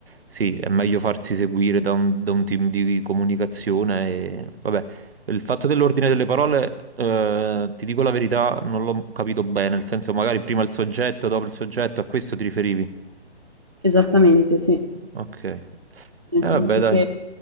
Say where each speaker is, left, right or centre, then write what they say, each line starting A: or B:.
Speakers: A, on the right; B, on the right.
A: sì, è meglio farsi seguire da un, da un team di comunicazione e, vabbè, il fatto dell'ordine delle parole, eh, ti dico la verità, non l'ho capito bene, nel senso magari prima il soggetto, dopo il soggetto, a questo ti riferivi?
B: Esattamente, sì.
A: Ok. E
B: Nel senso
A: vabbè, dai.
B: che